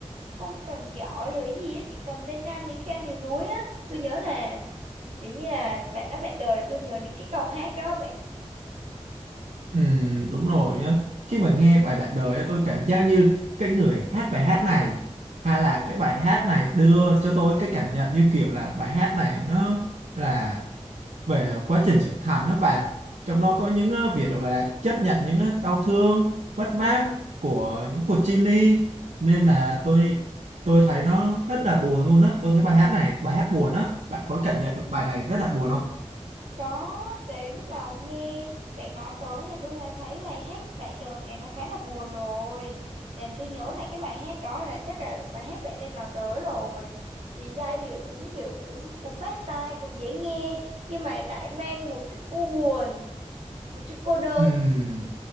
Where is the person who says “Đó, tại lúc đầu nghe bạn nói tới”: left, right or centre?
Right